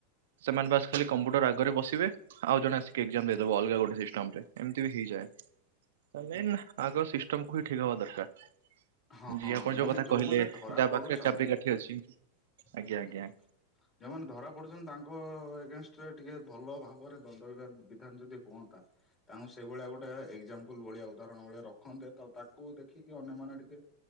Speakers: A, on the right; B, on the left.
A: ସେମାନେ ବାସ ଖାଲି କମ୍ପ୍ୟୁଟର ଆଗରେ ବସିବେ ଆଉ ଜଣେ ଆସିବେ
B: ହୁଁ
A: ଦେଇଦବ
B: ହୁଁ
A: ଅଲଗା ଗୋଟେ ସିଷ୍ଟମରେ ଏମତି ବି ହେଇଯାଏ। ଆଗ ସିଷ୍ଟମକୁ ହିଁ ଠିକ୍ ହବା ଦରକାର।
B: ହଁ
A: ଜ ଆପଣ ଯୋଉ
B: ମାନେ
A: କଥା
B: ଯୋଉମାନେ
A: କହିଲେ
B: ଧରା
A: ଯ
B: ପଡୁଛନ୍ତି
A: ପାଖରେ ଚାବି କାଠି ଅଛି ଆଜ୍ଞା
B: ହୁଁ
A: ଆଜ୍ଞା।
B: ଯୋଉମାନେ ଧରା ପଡୁଛନ୍ତି ତାଙ୍କ ଏଗେନଷ୍ଟରେ ଟିକେ ଭଲ ଭାବରେ ଦଣ୍ଡ ବିଧାନ ଯଦି ହୁଅନ୍ତା। ତାଙ୍କୁ ସେଇ ଭଳିଆ ଗୋଟେ ଏକ୍ଜାମ୍ପଲ ଭଳିଆ ଉଦାହରଣ ଭଳିଆ ରଖନ୍ତେ ତା ତାକୁ ଦେଖିକି ଅନ୍ୟମାନେ ଟିକେ